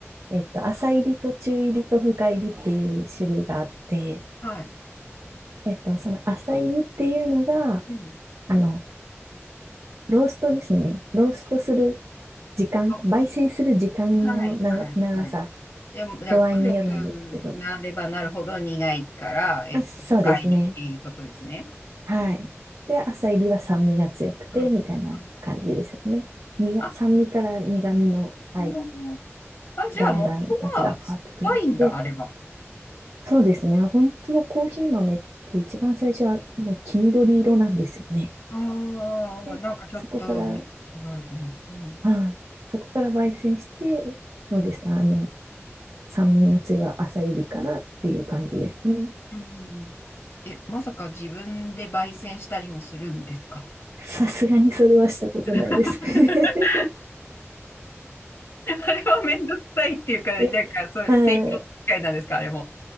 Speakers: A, on the right (about 85°); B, on the left (about 60°).
A: えっと、浅入りと中入りと深入りっていう種類があって、
B: はい。
A: えっと、その浅入りっていうのが、
B: うん。
A: あの、ローストですね。ローストする時間、
B: あ
A: 焙煎する時間の長、
B: はい、はい、
A: 長さ、
B: はい。いや、じゃあ黒くなればなるほど苦いから、
A: 度合いによるんですけど。
B: えっと、
A: あ、そうですね。
B: 深いっていうことですね。
A: はい。
B: うん、
A: で、浅入りは酸味が強くて、
B: うん、
A: みたいな感じですよね。
B: うん。
A: 苦、
B: あ、
A: 酸味から苦味のあい
B: もうあ、じゃあ元は酸っぱいんだ、
A: だんだん味が変わってくるので、
B: あれは。
A: そうですね。本当コーヒー豆って一番最初は黄緑色なんですよね。
B: ああ、
A: で、
B: なんかちょっと見たことがあるかな。
A: そこから、
B: うん。
A: ああ、そこから焙煎して、そうですね。あの、酸味の強い朝入りからっていう感じですね。
B: うんうんうん。え、まさか自分で焙煎したりもするんですか
A: さすがにそれはしたことないです。
B: <laughs>
A: <laughs>
B: あれはめんどくさいっていうか、
A: いや、
B: なんか、そう、
A: あー、
B: 専用機械なんですか、あれも。